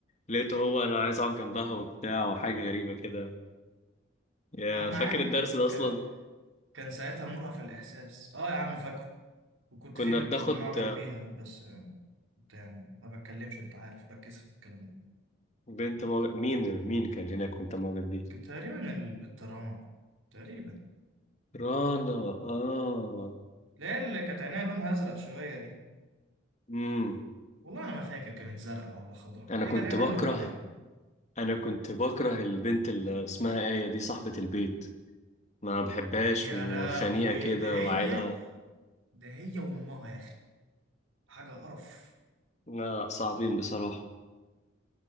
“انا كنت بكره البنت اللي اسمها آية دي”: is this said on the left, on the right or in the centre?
Left